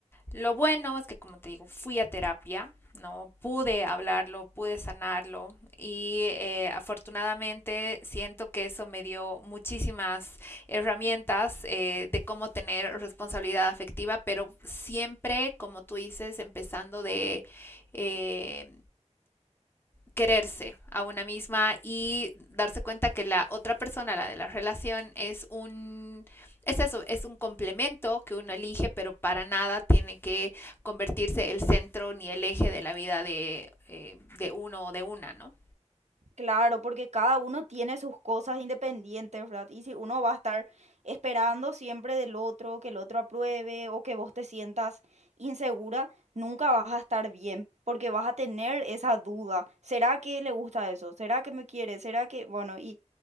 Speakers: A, on the left; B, on the right.
A: Lo bueno es que, como te digo, fui a terapia, ¿no? Pude hablarlo, pude sanarlo y eh, afortunadamente siento que eso me dio muchísimas herramientas eh, de cómo tener responsabilidad afectiva, pero siempre, como tú dices, empezando de, eh, quererse a una misma y darse cuenta que la otra persona, la de la relación, es un, es eso, es un complemento que uno elige, pero para nada tiene que convertirse el centro ni el eje de la vida de, eh, de uno o de una, ¿no?
B: Claro, porque cada uno tiene sus cosas independientes, ¿verdad? Y si uno va a estar esperando siempre del otro, que el otro apruebe o que vos te sientas insegura, nunca vas a estar bien, porque vas a tener esa duda. ¿Será que le gusta eso? ¿Será que me quiere? ¿Será que...? Bueno, y